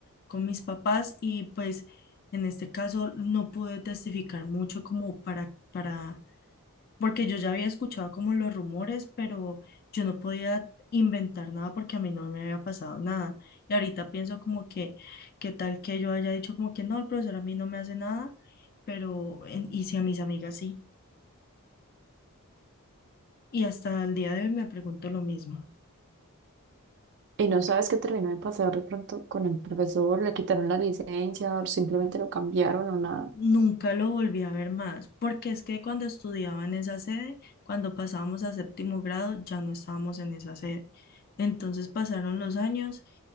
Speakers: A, on the left; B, on the right.
A: con mis papás y pues en este caso no pude testificar mucho como para, para, porque yo ya había escuchado como los rumores, pero yo no podía inventar nada porque a mí no me había pasado nada. Y ahorita pienso como que, qué tal que yo haya dicho como que no, el profesor a mí no me hace nada, pero en- y si a mis amigas sí. Y hasta el día de hoy me pregunto lo mismo.
B: Y no sabes qué terminó de pasar de pronto con el profesor, le quitaron la licencia, o simplemente lo cambiaron o nada.
A: Nunca lo volví a ver más, porque es que cuando estudiaba en esa sede, cuando pasábamos a séptimo grado, ya no estábamos en esa sede. Entonces pasaron los años